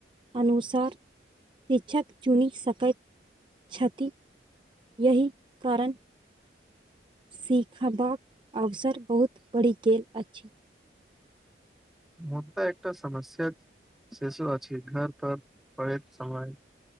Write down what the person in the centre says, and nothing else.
मुर्दा एकटा समस्या सेहो अछि छै घर पर पढ़ेसमय